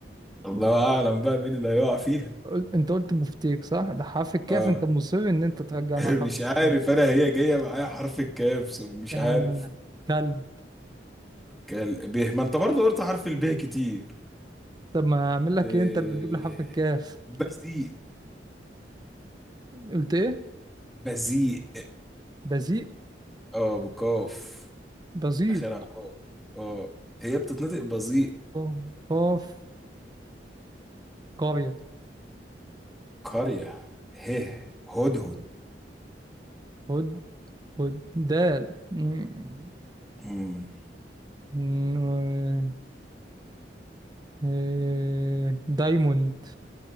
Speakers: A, in the centre; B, on the right.
A: الله أعلم بقى مين اللي هيقع فيها
B: قلت انت قلت بفتيك صح ده حرف الكاف
A: اه
B: انت مصر ان انت ترجعنا
A: <laughs>
B: لحرف
A: مش عارف
B: الكاف
A: انا هي جايه معايا حرف الكاف ص- مش
B: يا
A: عارف
B: كلب
A: كال به ما انت برضه قلت حرف البه كتير
B: طب ما اعمل لك
A: إيه...
B: ايه انت اللي بتجيب لي حرف الكاف
A: بذيء
B: قلت ايه
A: بذيء
B: بزيق
A: اه بكاف
B: بزيق
A: اخرها قاف اه هي بتتنطق بذيء
B: ق- قاف قرية
A: قريه هه هدهد
B: هد هد دال مم.
A: مم.
B: ن- إيه، دايموند